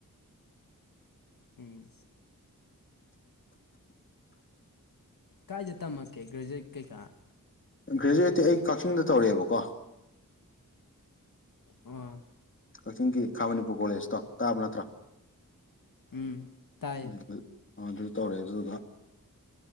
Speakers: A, on the left (about 80°); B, on the left (about 35°).
A: ꯎꯝ ꯀꯥꯏꯗ ꯇꯝꯃꯛꯀꯦ ꯒ꯭ꯔꯦꯖꯨꯋꯦꯠ ꯀꯩꯀꯥ
B: ꯒ꯭ꯔꯦꯖꯨꯋꯦꯠꯇꯤ ꯑꯩ ꯀꯛꯆꯤꯡꯗꯧꯛꯑꯦꯕꯀꯣ
A: ꯎꯝ
B: ꯀꯛꯆꯤꯡꯒꯤ ꯈꯥ ꯃꯅꯤꯄꯨꯔ ꯀꯣꯂꯦꯖꯇꯣ ꯇꯥꯕ ꯅꯠꯇ꯭ꯔꯣ
A: ꯎꯝ ꯇꯥꯏ
B: ꯎꯝ ꯑꯗꯨ ꯇꯧꯔꯑꯦ ꯑꯗꯨꯗ